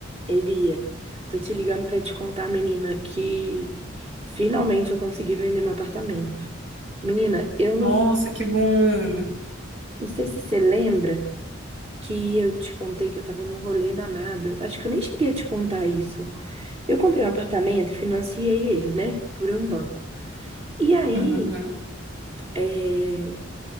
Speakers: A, on the right (about 30°); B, on the right (about 60°).
A: Ei, Bia, tô te ligando pra te contar, menina, que finalmente eu consegui vender meu apartamento. Menina, eu
B: Nossa,
A: não,
B: que bom.
A: não sei se você lembra que eu te contei que eu tava num rolê danado. Acho que eu nem cheguei a te contar isso. Eu comprei um apartamento, financiei ele, né, por um banco. E aí,
B: Uhum,
A: é,